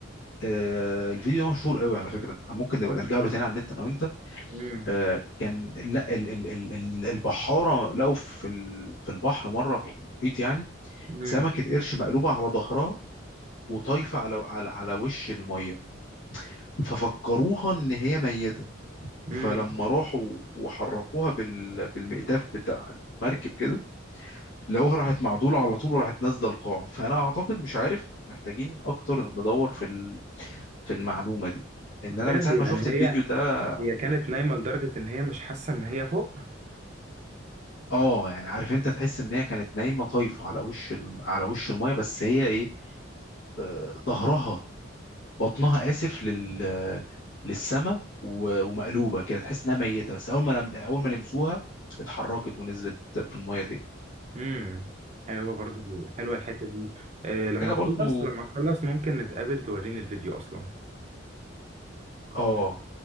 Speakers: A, on the left (about 80°); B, on the right (about 35°).
A: آه الفيديو ده مشهور قوي على فكرة ممكن نبقى نرجع له تاني على النت انا وانت
B: امم
A: آه كان لا ال ال ال ال البحارة لقوا في ال في البحر مرة في المحيط يعني
B: امم
A: سمكة قرش مقلوبة على ظهرها وطايفة على على على وش المية ففكروها ان هي ميتة
B: امم
A: فلما راحوا وحركوها بال بالمئتاف بتاع المركب كده لقوها راحت معدولة على طول وراحت نازلة القاع فأنا أعتقد مش عارف محتاجين أكتر ندور في ال- في المعلومة دي إن أنا
B: بجد
A: من ساعة
B: يعني
A: ما شفت الفيديو
B: هي
A: ده
B: هي كانت نايمه لدرجه ان هي مش حاسه ان هي فوق
A: آه يعني عارف أنت تحس إن هي كانت نايمة طايفة على وش ال... على وش المية بس هي إيه آه، ظهرها بطنها آسف لل للسما و... ومقلوبة كده تحس إنها ميتة بس أول ما لم... أول ما لمسوها اتحركت ونزلت في المية تاني
B: امم حلوه برضو حلوه الحته دي إيه،
A: حاجة
B: لما نخلص
A: برضو
B: لما نخلص ممكن نتقابل توريني الفيديو اصلا
A: آه